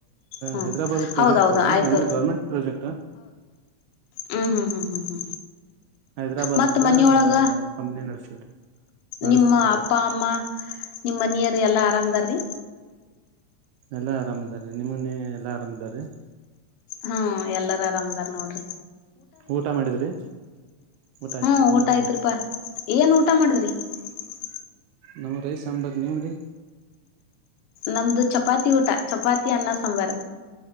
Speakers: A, on the left; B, on the right.
A: ಹ್ಞೂ
B: ಹೈದ್ರಾಬಾದ್ ಪ್ರಾಜೆಕ್ಟ್ರ್
A: ಹೌದೌದು
B: ಅದ
A: ಆಯ್ತು
B: ಅಂದ್ರೆ ಗೌರ್ಮೆಂಟ್ ಪ್ರಾಜೆಕ್ಟ್
A: ಹ್ಮ್ ಹ್ಮ್ ಹ್ಮ್ ಹ್ಮ್ ಹ್ಮ
B: ಹೈದ್ರಾಬಾದ್ದ
A: ಮತ್ತ ಮನೊಳಗ
B: ಕಂಪ್ನಿ ನಡೆಸಿದ ನಡೆಸ್ತಿದ್ರಿ
A: ನಿಮ್ಮ ಅಪ್ಪ
B: ಅದು
A: ಅಮ್ಮ ನಿಮ್ಮ ಮನಿಯ್ರ ಎಲ್ಲಾ ಆರಾಮದಾರಿ
B: ಎಲ್ಲಾ ಆರಾಮಾರೆ ನಿಮನೆ ಎಲ್ಲಾ ಆರಾಮಾರಿೀ.
A: ಹ್ಮ ಎಲ್ಲಾರ ಆರಾಮದಾರ್ ನೋಡ್ರಿ.
B: ಊಟ ಮಾಡಿದ್ರಿ. ಊಟ ಆಯ್ತ್ರಿ
A: ಹ್ಮ ಊಟ
B: ನಿಮ್ದು
A: ಆಯ್ತ್ ರೂಪಾ. ಏನ್ ಊಟ ಮಾಡುದಿ. ಹ.
B: ನಮ್ಮ ರೈ ಸಾಂಬಾರ ನೀವ್ರರಿ.
A: ನಮ್ದು ಚಪಾತಿ ಊಟ ಚಪಾತಿ ಅನ್ನ ಸಾಂಬಾರ.